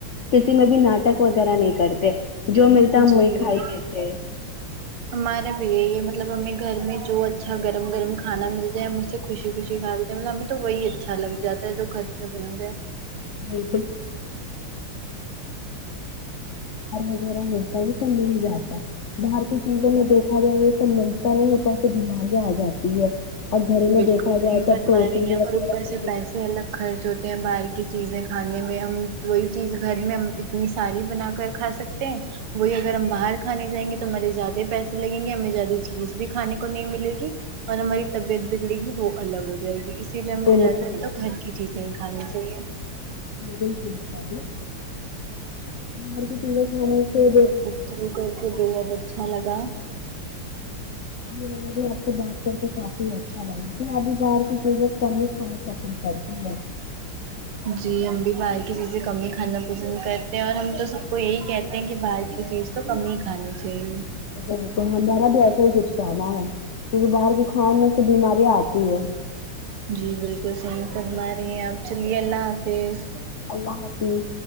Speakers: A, on the left (about 75°); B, on the right (about 80°).
A: کسی میں بھی ناٹک وغیرہ نہیں کرتے جو ملتا ہم
B: جی
A: وہی
B: وہ
A: کھا ہی لیتے ہے
B: ہمارا بھی یہی ہے مطلب ہمیں گھر میں جو اچھا گرم گرم کھانا مل جائے ہم اس سے خوشی خوشی کھال مطلب ہمیں تو وہی اچھا لگ جاتا ہے جو گھر پہ بن جائے
A: <unintelligible> ہار وغیرہ ہوتا ہے وہ سب مل جاتا باہر کی چیزوں میں دیکھا جائے یہ سب ملتا نہیں ہوتا سے بیماریاں آ جاتی ہے اور گھر
B: بالکل
A: میں دیکھا
B: صحیح
A: جائے تو
B: فرما
A: پروٹین
B: رہی ہیں آپ،
A: وغیرہ
B: اور اوپر سے
A: کی
B: پیسے الگ خرچ ہوتے ہیں باہر کی چیزیں کھانے میں ہم وہی چیز گھر میں ہم اتنی ساری بنا کر کھا سکتے ہیں وہی اگر ہم باہر کھانے جائیں گے تو ہمارے زیادہ پیسے لگیں گے ہمیں زیادہ چیز بھی کھانے کو نہیں ملے گی اور ہماری طبیعت بھی پگڑے گی وہ الگ ہو جائے گی اسی لیے ہمیں
A: بالکل
B: زیادہ تر تو گھر کی چیزیں ہی کھانی چاہیے
A: بل <unintelligible> باہر کی چیزیں کھانے سے دیکھ
B: شروع کر کے بےحد اچھا لگا
A: جی ہمیں بھی آپ سے بات کر کے کافی اچھا لگا کہھر ابھی باہر کی چیزیں کم ہی کھانے سپم <unintelligible> کرتی ہے
B: <unintelligible> جی ہم بھی باہر کی چیزیں کم ہی کھانا پسند کرتے ہیں اور ہم تو سب کو یہی کہتے ہیں کہ باہر یہ چیز تو کم ہی کھانی چاہیے
A: بالکل ہمارا بھی ایسا ہی کچھ کہنا ہے کیونکہ باہر کے کھانے سے بیماریاں آتی ہے
B: جی بالکل صحیح فرما رہی ہیں اپ چلیے اللہ حافظ
A: اللہ حافظ